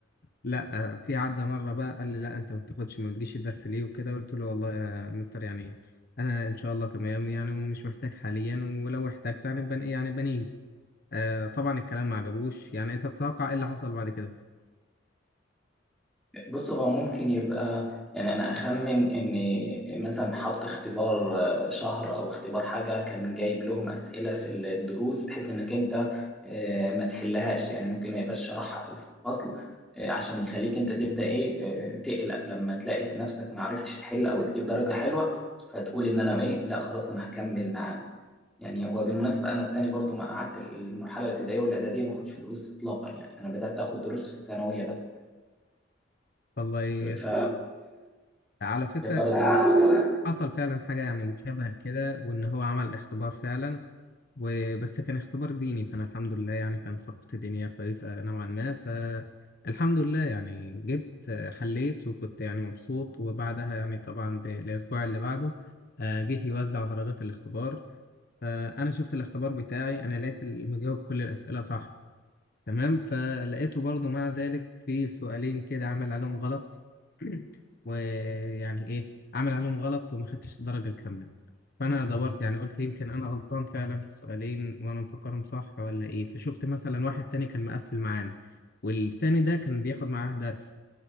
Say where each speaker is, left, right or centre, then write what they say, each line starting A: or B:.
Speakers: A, on the left (about 55°); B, in the centre.
A: لا في عدى مره بقى قال لي لا انت ما بتاخدش ما بتجيش الدرس ليه وكده قلت له والله يا مستر يعني انا ان شاء الله تمام يعني ومش محتاج حاليا ولو احتجت يعني بن ايه يعني بنيجي آه طبعا الكلام ما عجبوش يعني انت تتوقع ايه اللي حصل بعد كده
B: بص هو ممكن يبقى يعني انا اخمن ان مثلا حط اختبار آه، شهر او اختبار حاجه كان جايب لهم اسئله في الدروس بحيث انك انت آه، ما تحلهاش يعني ممكن ما يبقاش شرحها في الفصل آه، عشان يخليك انت تبدا ايه آه، تقلق لما تلاقي نفسك ما عرفتش تحل او تجيب درجه حلوه فتقول ان انا ايه لا خلاص انا هكمل معاه يعني هو بالمناسبه انا التاني برضو ما قعدت المرحله الابتدائيه والاعداديه ما اخدش دروس اطلاقا يعني انا بدات اخد دروس في الثانويه بس
A: والله ي-
B: ف
A: على فكرة
B: يا ترى ده
A: يعني
B: اللي حصل
A: حصل فعلا حاجة يعني مشابهة لكده وإن هو عمل اختبار فعلا وبس كان اختبار ديني فأنا الحمد لله يعني كان ثقافتي الدينية كويسة نوعا ما فالحمد لله يعني جبت آه، حليت وكنت يعني مبسوط وبعدها يعني طبعا بالأسبوع اللي بعده آه، جه يوزع درجات الاختبار فأنا شفت الاختبار بتاعي أنا لقيت المجاوب كل الأسئلة صح تمام فلقيته برضو مع ذلك في سؤالين كده عمل عليهم غلط <clears throat> ويعني ايه عمل عليهم غلط وما خدتش الدرجة الكاملة فانا دورت يعني قلت يمكن انا غلطان فعلا في السؤالين وانا مفكرهم صح ولا ايه فشفت مثلا واحد تاني كان مقفل معانا والتاني ده كان بياخد معاه درس